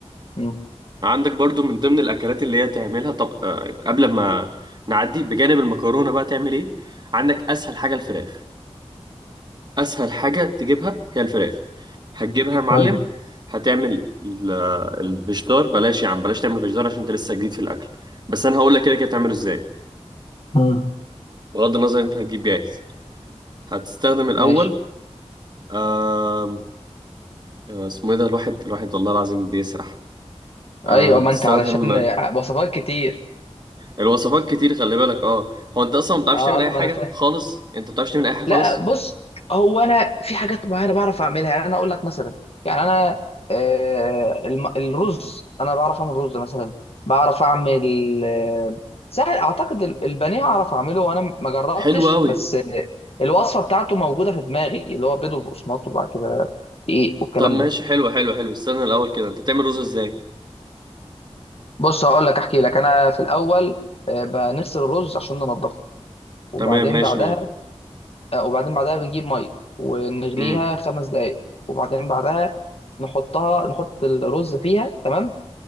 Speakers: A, on the left; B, on the right.
A: مم.
B: عندك برضو من ضمن الاكلات اللي هي تعملها طب آه، قبل ما نعدي بجانب المكرونه بقى تعمل ايه عندك اسهل حاجه الفراخ اسهل حاجه تجيبها هي الفراخ هتجيبها يا معلم
A: طيب
B: هتعمل ال- الفشدار بلاش يا عم بلاش تعمل فشدار عشان انت لسه جديد في الاكل بس انا هقول لك كده كده تعمله ازاي
A: مم.
B: بغض النظر انت هتجيب جاهز هتستخدم الاول
A: ماشي
B: آم، آه، اسمه ايه ده الواحد الواحد والله العظيم بيسرح آه،
A: ايوه
B: هتستخدم
A: ما انت علشان وصفات كتير
B: الوصفات كتير خلي بالك اه هو انت اصلا ما بتعرفش
A: اه
B: تعمل
A: آه، لا
B: اي حاجه
A: ما انا فاهم
B: خالص انت ما بتعرفش تعمل اي حاجه
A: لا
B: خالص
A: بص هو انا في حاجات معينه بعرف اعملها يعني انا اقول لك مثلا يعني انا آه الم- الرز انا بعرف اعمل رز مثلا بعرف اعمل آه سهل اعتقد ال- البانيه اعرف اعمله وانا ما جربتش
B: حلو قوي
A: بس آه، الوصفه بتاعته موجوده في دماغي اللي هو بيض وبقسماط وبعد كده ايه والكلام
B: طب ماشي
A: ده
B: حلو حلو حلو استنى الاول كده انت بتعمل رز ازاي
A: بص هقول لك احكي لك انا في الاول آه بنغسل الرز عشان ننضفه وبعدين
B: تمام ماشي
A: بعدها
B: م...
A: آه، وبعدين بعدها بنجيب ميه ونغليها
B: امم
A: خمس دقايق وبعدين بعدها نحطها نحط الرز فيها تمام